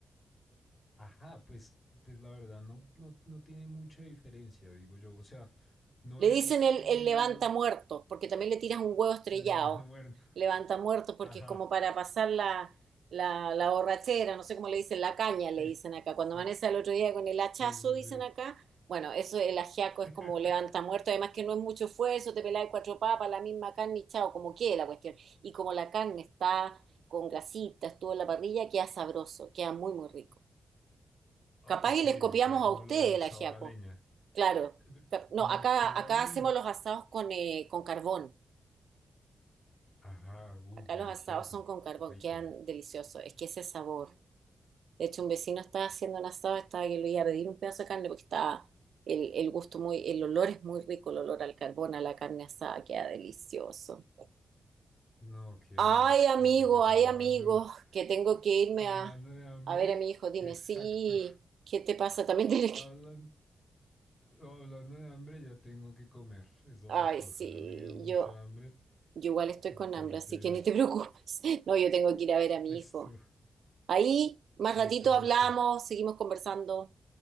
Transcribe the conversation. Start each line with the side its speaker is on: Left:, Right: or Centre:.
Left: ajá, pues, pues la verdad no, no, no tiene mucha diferencia, digo yo. O sea, no
Right: Le
Left: es
Right: dicen el,
Left: del
Right: el levanta muertos, porque también le tiras un huevo estrellado.
Left: el levanta muerto.
Right: Levanta muertos porque
Left: Ajá,
Right: es como para pasar la, la, la borrachera, no sé cómo le dicen, la caña le
Left: sí,
Right: dicen acá.
Left: sí,
Right: Cuando amanece el otro día con el hachazo,
Left: sí, sí,
Right: dicen
Left: sí.
Right: acá. Bueno, eso el ajiaco es
Left: <laughs>
Right: como levanta muertos, además que no es mucho esfuerzo, te pelas de cuatro papas, la misma carne y chao, como quede la cuestión. Y como la carne está con grasita, estuvo en la parrilla, queda sabroso, queda muy, muy rico.
Left: O-
Right: Capaz
Left: ok,
Right: y les copiamos
Left: queda como
Right: a ustedes
Left: lo del
Right: el
Left: sabor
Right: ajiaco.
Left: a leña.
Right: Claro.
Left: Eh,
Right: Ca- No, acá,
Left: Probablemente,
Right: acá hacemos los asados con, eh, con carbón.
Left: Ajá, uff,
Right: Acá
Left: delicioso,
Right: los asados son con carbón,
Left: rico.
Right: quedan deliciosos. Es que ese sabor. De hecho, un vecino estaba haciendo un asado, estaba que le iba a pedir un pedazo de carne porque estaba el, el gusto muy, el olor es muy rico, el olor al carbón, a la carne asada, queda delicioso.
Left: No, qué
Right: Ay,
Left: hambre.
Right: amigo,
Left: Oye, pues
Right: ay,
Left: hablando,
Right: amigo, que tengo
Left: a-
Right: que irme
Left: hablando
Right: a,
Left: de hambre,
Right: a ver a mi hijo.
Left: <laughs>
Right: Dime,
Left: exacto.
Right: sí, ¿qué te pasa? También <laughs> tienes que...
Left: Hablan- o hablando de hambre, ya tengo que comer. Esa
Right: Ay,
Left: es la cosa,
Right: sí,
Left: ya me dio mucha
Right: yo...
Left: hambre.
Right: Yo igual estoy
Left: Entonces,
Right: con hambre, así que ni te preocupes. <laughs> No, yo tengo que ir a ver a mi
Left: <laughs> listo,
Right: hijo. Ahí, más
Left: listo,
Right: ratito
Left: listo.
Right: hablamos, seguimos conversando,